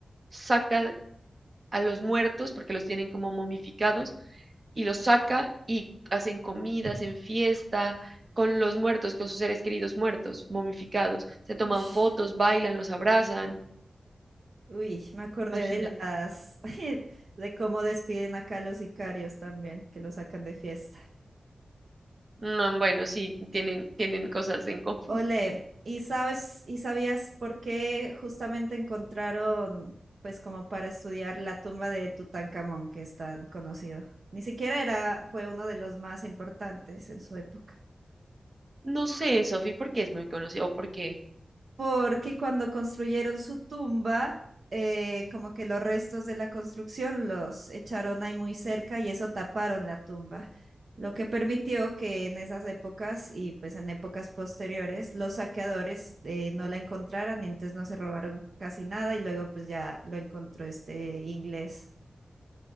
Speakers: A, on the right; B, on the right.
A: saca a los muertos, porque los tienen como momificados, y los saca y hacen comida, hacen fiesta con los muertos, con sus seres queridos muertos, momificados. Se toman
B: Ush,
A: fotos, bailan, los abrazan.
B: uy, me acordé
A: Imagínate.
B: de las <laughs> de cómo despiden acá a los sicarios también, que los sacan de fiesta.
A: No, bueno, sí, tienen, tienen cosas en común.
B: Ole, ¿y sabes y sabías por qué justamente encontraron pues como para estudiar la tumba de Tutankamón, que es tan conocido? Ni siquiera era fue uno de los más importantes en su época.
A: No sé, Sofi, por qué es muy conocido, o porque
B: porque cuando construyeron su tumba, eh, como que los restos de la construcción los echaron ahí muy cerca y eso taparon la tumba, lo que permitió que en esas épocas y pues en épocas posteriores los saqueadores eh, no la encontraran, entonces no se robaron casi nada y luego pues ya lo encontró este inglés.